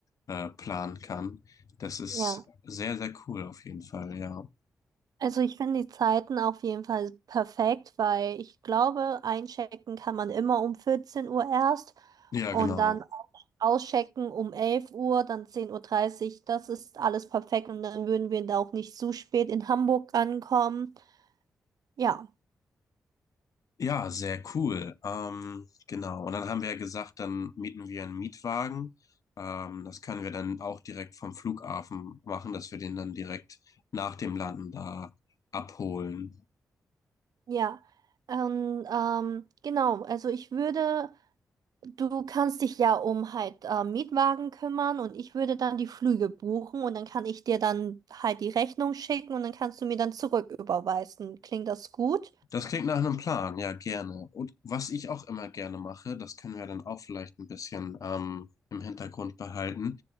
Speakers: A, on the left; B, on the right.
A: äh, planen kann. Das ist
B: Ja.
A: sehr, sehr cool auf jeden Fall, ja.
B: Also ich finde die Zeiten auf jeden Fall perfekt, weil ich glaube, einchecken kann man immer um 14 Uhr erst
A: Ja,
B: und
A: genau.
B: dann auschecken um 11 Uhr, dann zehn Uhr. dreißig. Das ist alles perfekt und dann würden wir da auch nicht zu spät in Hamburg ankommen. Ja.
A: Ja, sehr cool. Ähm, genau. Und dann haben wir ja gesagt, dann mieten wir einen Mietwagen. Ähm, das können wir dann auch direkt vom Flughafen machen, dass wir den dann direkt nach dem Landen da abholen.
B: Ja, ähm, ähm, genau. Also ich würde, du kannst dich ja um halt äh, Mietwagen kümmern und ich würde dann die Flüge buchen und dann kann ich dir dann halt die Rechnung schicken und dann kannst du mir dann zurück überweisen. Klingt das gut?
A: Das klingt nach einem Plan, ja, gerne. Und was ich auch immer gerne mache, das können wir dann auch vielleicht ein bisschen ähm, im Hintergrund behalten.